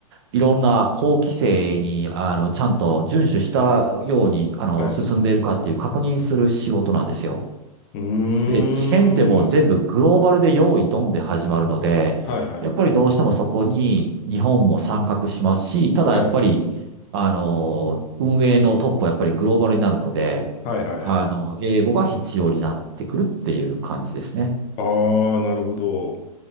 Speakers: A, on the right (about 45°); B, on the left (about 25°).
A: いろんな法規制に、あの、ちゃんと遵守したように、あの、
B: はい。
A: 進んでいるかっていう確認する仕事なんですよ。
B: うーん。
A: で、知見ってもう全部グローバルで用意ドンで始まるので、
B: はいはい。
A: やっぱりどうしてもそこに日本も参画しますし、ただやっぱり、
B: はい。
A: あの、運営のトップはやっぱりグローバルになるので、
B: はいはいはい。
A: あの、英語が必要になってくるっていう感じですね。
B: ああ、なるほど。